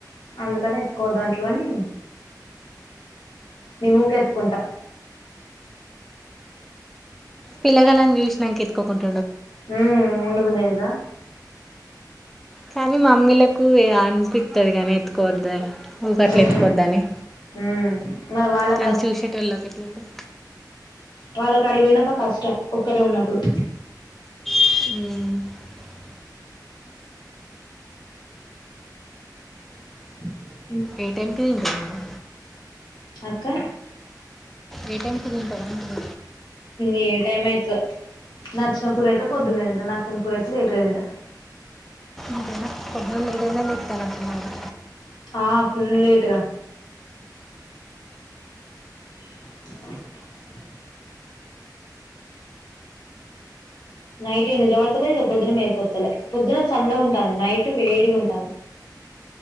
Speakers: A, on the left; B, in the centre.
A: అందుకనే ఎత్తుకోద్దంటరని నేను ఉకే ఎత్తుకుంటా.
B: పిల్ల గాళ్లను చూసినంక ఎత్తుకోకుండ్
A: మ్మ్ ఉండబుద్ధి అయితదా
B: కానీ మమ్మీలకు ఇగ అనిపి వత్తది గానీ ఎత్తుకోవద్ద ఊకట్ల
A: హ్మ్.
B: ఎత్తుకోవద్దని
A: హ్మ్. మరి వాళ్ళకి
B: కానీ చూసేటోళ్ళకి ఎట్లుంటది
A: వాళ్ళక్ ఆడిపొయ్యినంక కష్టం ఒక్కరే ఉన్నప్పుడు
B: మ్మ్
A: <inaudible>
B: ఏ టైం కి తింటావ్ నువ్వు
A: అక్క
B: ఏ టైం కి తింటావ్ అంటున్న
A: ఏ టైం అయితదో నచ్చిన కూర అయితే పొద్దున్నే తింటా నచ్చని కూర అయితే లేటుగా తింటా.
B: అంతేనా పొద్దున్నే లేటుగనే లేతన్నట్టున్నావ్ గా
A: ఆ ఫుల్లు లేటుగా <inaudible> నైట్ ఇగ నిద్ర పడతలే ఇగ పొద్దున మేలుకొత్తలే పొద్దున చల్లగుంటాంది నైటు వేడిగుంటాంది.